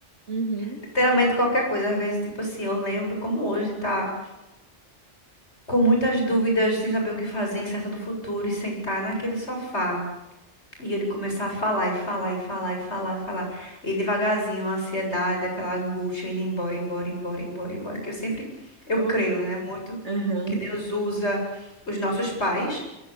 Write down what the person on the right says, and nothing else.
Uhum.
Ok.
Aham.